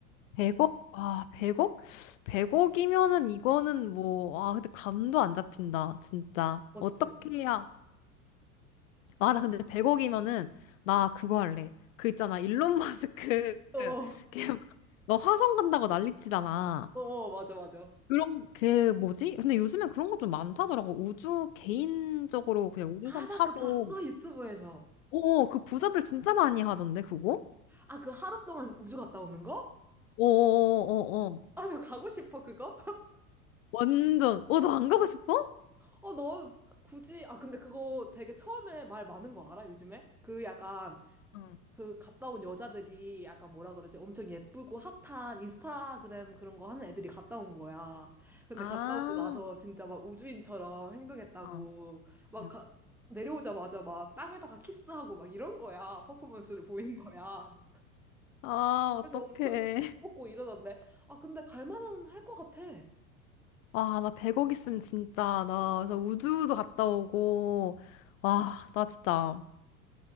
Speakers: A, on the left; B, in the centre.
A: 백억 아, 100억? 100억이면은 이거는 뭐, 아, 근데 감도 안 잡힌다, 진짜.
B: 맞지?
A: 어떻게 해야, 아, 나 근데 100억이면은 나 그거 할래. 그 있잖아. 일론 마스크
B: 어,
A: <laughs>
B: 어,
A: 걔너 화성 간다고 난리치잖아.
B: 어, 맞아, 맞아.
A: 그런 그 뭐지? 근데 요즘엔 그런 거 좀 많다더라고. 우주 개인적으로 그냥 우주선
B: 아, 나
A: 타고
B: 그거 봤어, 유튜브에서.
A: 오, 그 부자들 진짜 많이 하던데 그거?
B: 아, 그 하루 동안 우주 갔다 오는 거?
A: 어어어어.
B: 아, 나 가고 싶어, 그거?
A: 완전. 어, 너 안 가고 싶어?
B: 어, 너 굳이, 아, 근데 그거 되게 처음에 말 많은 거 알아, 요즘에? 그 약간
A: 응.
B: 그 갔다 온 여자들이 약간 뭐라 그러지? 엄청 예쁘고 핫한 인스타그램 그런 거 하는 애들이 갔다 온 거야. 근데
A: 아,
B: 갔다 오고 나서 진짜 막 우주인처럼 행동했다고
A: 어,
B: 막
A: 응.
B: 가- 내려오자마자 막 땅에다가 키스하고 막 이런 거야. 퍼포먼스를 보이는 거야.
A: 아, 어떡해.
B: 그래서 엄청 욕 먹고 이러던데. 아, 근데 갈 만은 할 것 같아.
A: 와, 나 100억 있으면 진짜, 나 그래서 우주도 갔다 오고, 와, 나 진짜